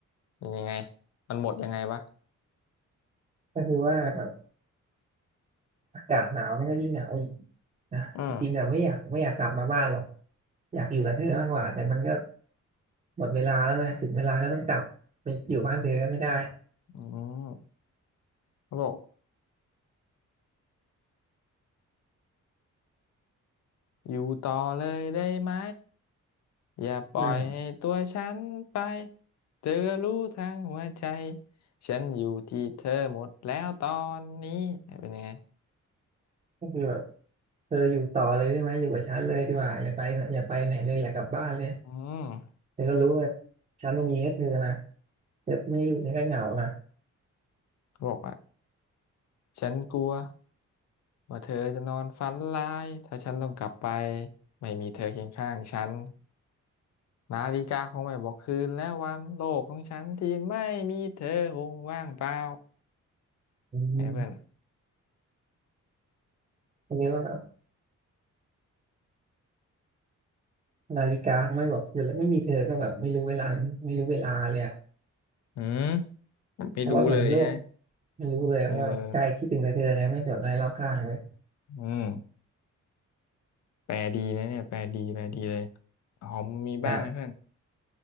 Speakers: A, on the left; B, on the right.
A: ยังไงมันหมดยังไงวะ
B: ก็คือว่าแบบอากาศหนาวมันก็ยิ่งเหงาอีกนะจริงๆอะไม่อยากไม่อยากกลับมาบ้านหรอก
A: อืม
B: อยากอยู่กับเธอมากกว่าแต่มันก็ หมดเวลาแล้วไงถึงเวลาก็ต้องกลับไปอยู่บ้านเธอก็ไม่ได้
A: อืมเขาบอกอยู่ต่อเลยได้ไหมอย่าปล่อยให้ตัวฉันไป
B: อืม
A: เธอรู้ทั้งหัวใจฉันอยู่ที่เธอหมดแล้วตอนนี้เป็นยังไง
B: ก็คือแบบเธออยู่ต่อเลยได้ไหมอยู่กับฉันเลยดีกว่าอย่าไปอย่าไปไหนเลยอยากกลับบ้านเลย
A: อืม
B: เธอก็รู้ว่าฉันจะมีแค่เธอนะเธอไม่อยู่ฉันก็เหงานะ
A: เขาบอกว่า ฉันกลัวว่าเธอจะนอนฝันร้ายถ้าฉันต้องกลับไปไม่มีเธอเคียงข้างฉันนาฬิกาคงไม่บอกคืนและวันโลกของฉันที่ไม่มีเธอคงว่างเปล่า
B: อืม
A: ไงเพื่อน
B: อันนี้ก็แบบนาฬิกาไม่บอกอยู่แล้วไม่มีเธอก็แบบไม่รู้เวลาไม่รู้เวลาเลยอะ
A: อืมไม่รู้เลยฮะ
B: เพราะว่าเหมือนโลกไม่รู้เลยว่าใจคิดถึงแต่เธอไงไม่สนอะไรรอบข้างเลย
A: เอออืมแปลดีนะเนี่ยแปลดีแปลดีเลยหอมมีบ้างไหมเพื่อน
B: อ่ะ